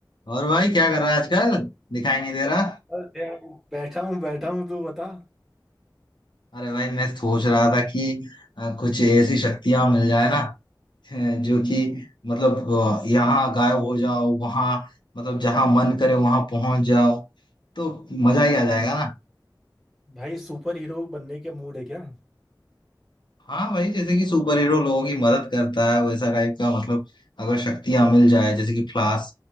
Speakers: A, on the left; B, in the centre.
A: और भाई क्या कर रहा है आजकल दिखाई नहीं दे रहा
B: और यार बैठा हूँ बैठा हूँ तू बता
A: अरे भाई मैं सोच रहा था कि अ, कुछ ऐसी शक्तियां मिल जाए ना <laughs> अ, जो कि मतलब अ, यहाँ गायब हो जाओ वहां मतलब जहां मन करे वहां पहुंच जाओ तो मजा ही आ जाएगा
B: क्या-
A: ना
B: भाई सुपर हीरो बनने के मूड है क्या
A: हाँ भाई जैसे कि सुपर हीरो लोगों की मदद करता है वैसा टाइप का मतलब अगर शक्तियां मिल जाए जैसे कि फ्लाश